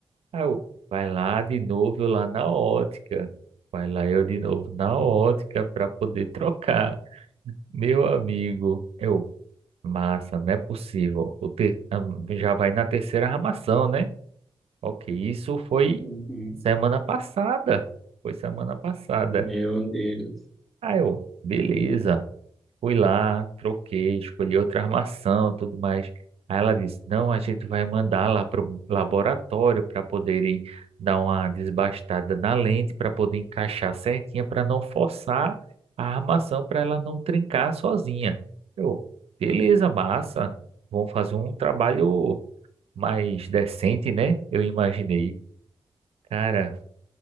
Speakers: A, on the right; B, in the centre.
A: Aí eu, vai lá de novo, eu lá na ótica. Vai lá eu de novo na ótica para poder trocar. Meu amigo, eu. Massa, não é possível. O ter... am- Já vai na terceira armação, né? Ok, isso foi
B: Uhum.
A: semana passada. Foi semana passada.
B: Meu Deus.
A: Ah, eu, beleza. Fui lá, troquei, escolhi outra armação, tudo mais. Aí ela disse: Não, a gente vai mandar lá para o laboratório para poderem dar uma desbastada na lente, para poder encaixar certinha, para não forçar a armação, para ela não trincar sozinha. Eu, beleza, massa. Vão fazer um trabalho mais decente, né? Eu imaginei. Cara,